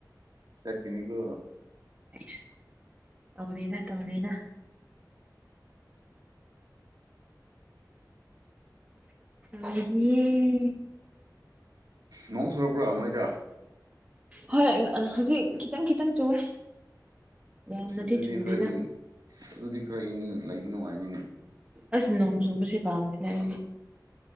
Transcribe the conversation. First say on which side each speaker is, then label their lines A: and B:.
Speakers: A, on the right (about 60°); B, on the right (about 20°).
A: ꯆꯠꯀꯤꯅꯤ ꯀꯣ꯫
B: ꯁ ꯇꯧꯗꯦꯗ-ꯇꯧꯗꯦꯗ꯫ <unintelligible>
A: ꯅꯣꯡ ꯆꯨꯔꯛꯄ꯭ꯔꯥ ꯅꯣꯏꯗꫭ꯫
B: ꯍꯣꯏ ꯍꯧꯖꯤꯛ ꯈꯤꯇꯪ-ꯈꯤꯇꯪ ꯆꯨꯋꯦ꯫ ꯌꯥꯝꯅꯗꯤ
A: ꯑꯁ ꯑꯗꯨꯗꯤ
B: ꯆꯨꯗꯦꯗ
A: ꯈꯔ ꯏꯪ ꯑꯁ ꯑꯗꯨꯗꯤ ꯈꯔ ꯏꯪꯪ ꯂꯩꯕ ꯅꯨꯡꯉꯥꯏꯅꯤꯅꯦ꯫
B: ꯑꯁ ꯅꯣꯡ ꯆꯨꯕꯁꯦ ꯄꯥꯝꯗꯦꯗ ꯑꯩꯗꯤ꯫